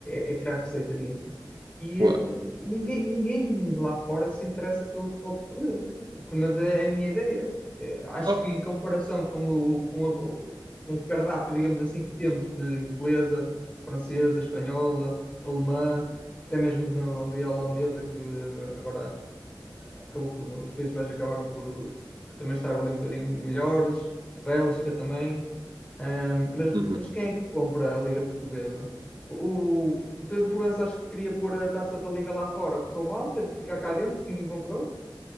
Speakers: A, on the left; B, on the right.
A: é- é tirar receita disto. E
B: Claro.
A: eh, ninguém, ninguém lá fora se interessa pelo futebol português. Pelo menos é é a minha ideia. Eh, Acho
B: Oh,
A: que em comparação com o, com a- o- com o cardápio, digamos assim, que temos de inglesa, francesa, espanhola, alemã, até mesmo no- ali a holandesa, que agora eh, acabou por, os Países Baixos acabaram por, por também estar ali um bocadinho melhores, a Bélgica também. Ahm, mas,
B: uhum.
A: mas quem é que compra a Liga Portuguesa? O, o Pedro Proença acho que queria pôr a taça da Liga lá fora, correu mal, teve que ficar cá dentro, ninguém comprou.